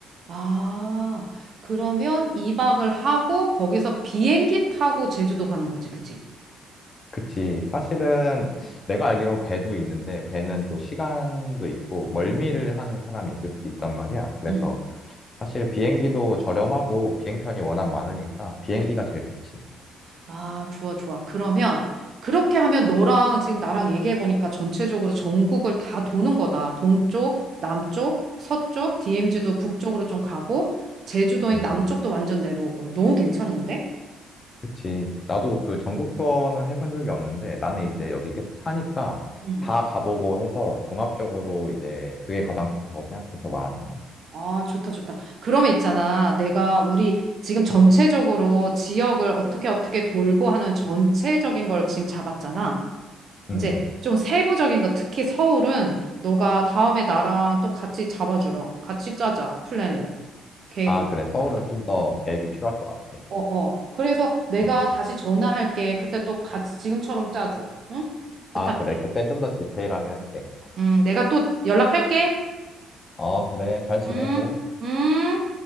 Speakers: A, on the right (about 45°); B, on the left (about 25°).
A: 아, 그러면 2박을 하고, 거기서 비행기 타고 제주도 가는 거지, 그지?
B: 그치. 사실은 내가 알기론 배도 있는데 배는 또 시간도 있고 멀미를 하는 사람이 있을 수도 있단 말이야. 그래서
A: 응,
B: 사실 비행기도 저렴하고 비행편이
A: 응,
B: 워낙 많으니까 비행기가
A: 응.
B: 제일 좋지.
A: 아, 좋아, 좋아. 그러면 그렇게 하면 너랑 지금 나랑 얘기해 보니까 전체적으로 전국을 다 도는 거다. 동쪽, 남쪽, 서쪽, DMZ도 북쪽으로 좀 가고, 제주도인
B: 음.
A: 남쪽도 완전 내려오고. 너무 괜찮은데?
B: 그치. 나도 그 전국 투어는 해본 적이 없는데 나는
A: 응.
B: 이제 여기 계속 사니까
A: 응.
B: 다 가보고 해서 종합적으로 이제 그게 가장 좋다고 생각해서 말하는 거야.
A: 아, 좋다, 좋다. 그러면 있잖아. 내가 우리 지금 전체적으로 지역을 어떻게 어떻게 돌고 하는 전체적인 걸 지금 잡았잖아.
B: 음.
A: 이제 좀 세부적인 거, 특히 서울은 너가 다음에 나랑 또 같이 잡아주라. 같이 짜자. 플랜을, 계획을.
B: 아, 그래. 서울은 좀 더 계획이 필요할 것 같아.
A: 어, 어. 그래서 내가
B: 음.
A: 다시 전화할게. 그때 또 같이 지금처럼 짜줘. 응? 부탁해.
B: 아, 그래. 그땐 좀 더 디테일하게 할게.
A: 음, 내가 또 연락할게.
B: 어, 그래. 잘 지내고.
A: 음, 음.